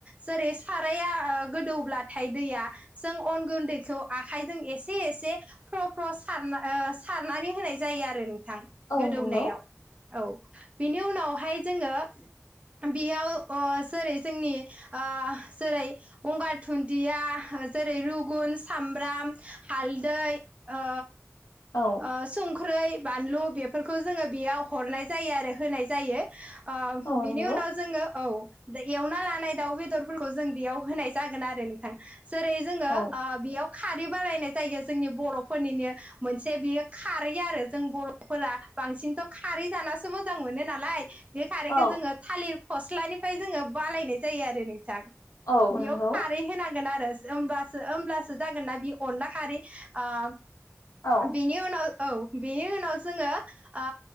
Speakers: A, on the right (about 25°); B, on the left (about 85°).
A: जोरै साराया गोदौब्लाथाय दैया जों अन गुन्दै खौ आखायजों एसे एसे फ्र फ्र सारना ओ सारनानै होनाय जायो आरो नों थां
B: औ
A: गोदौनायाव
B: नंगौ
A: औ बिनि उनावहाय जोङो बेयाव ओ जोरै जोंनि ओ जोरै गंगार धुनदिया जोरै रुगुन्स सामब्राम हालदै ओ
B: औ
A: ओ सुं ख्रै बानलु बेफोरखौ जोङो बेयाव हरनाय जायो आरो होनाय जायो। ओ
B: औ
A: बिनि
B: नंगौ
A: उनाव जोङो औ दा एवना लानाय दाउ बेदरफोरखौ जों बेयाव होनाय जागोन आरो नोंथां जोरै जोङो
B: औ
A: ओ बेयाव खारै बारायनाय जायो जोंनि बर'फोरनिनो मोन से बियो खारै आरो जों बर'फोरा बांसिनथ' खारै जानासो मोजां मोनो नालाय। बे खारैखो
B: औ
A: जोङो थालिर फस्लानिफ्राय जोङो बालायनाय जायो आरो नोंथां।
B: औ
A: बेयाव
B: नंगौ
A: खारै होनांगोन आर <unintelligible> ओमबासो ओमब्लासो जागोन ना बि अनला खारै ओ
B: औ
A: बिनि उनाव औ बेनि उनाव जोङो ओ